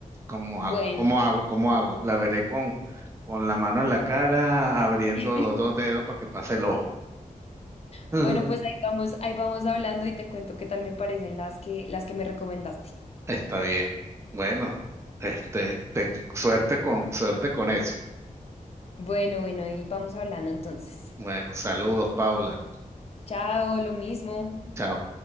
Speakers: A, on the right; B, on the left.
A: cómo
B: bueno.
A: hago, cómo hago, cómo hago. La veré con, con la mano en la cara, abriendo
B: <laughs>
A: los dos dedos para que pase el ojo. <laughs>
B: Bueno, pues ahí vamos, ahí vamos hablando y te cuento qué tal me parecen las que, las que me recomendaste.
A: Está bien. Bueno, este, ten- suerte con, suerte con eso.
B: Bueno, bueno, ahí vamos hablando entonces.
A: Bueno, saludos, Paula.
B: Chao, lo mismo.
A: Chao.